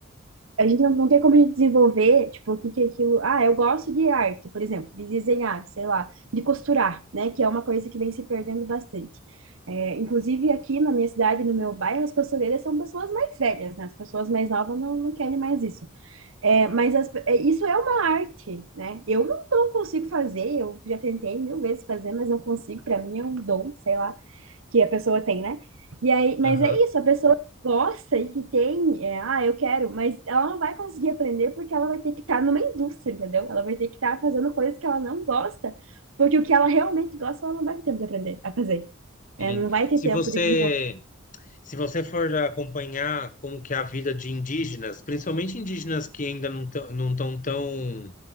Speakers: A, on the right; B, on the left.
A: a gente não, não tem como a gente desenvolver, tipo, o que que é aquilo, ah, eu gosto de arte, por exemplo, de desenhar, sei lá, de costurar, né, que é uma coisa que vem se perdendo bastante. É, inclusive aqui na minha cidade, no meu bairro, as costureiras são pessoas mais velhas, né? As pessoas mais novas não, não querem mais isso. É, mas as- é, isso é uma arte, né? Eu não, não consigo fazer, eu já tentei mil vezes fazer, mas não consigo, para mim é um dom, sei lá que a pessoa tem, né? E aí, mas
B: Aham,
A: é isso, a pessoa que gosta e que tem, é, ah, eu quero, mas ela não vai conseguir aprender porque ela vai ter que estar numa indústria, entendeu? Ela vai ter que estar fazendo coisas que ela não gosta, porque o que ela realmente gosta, ela não vai ter tempo de aprender a fazer, né?
B: sim.
A: Não vai ter
B: Se
A: tempo
B: você,
A: de desenvolver,
B: se você for acompanhar como que é a vida de indígenas, principalmente indígenas que ainda não tão, não estão tão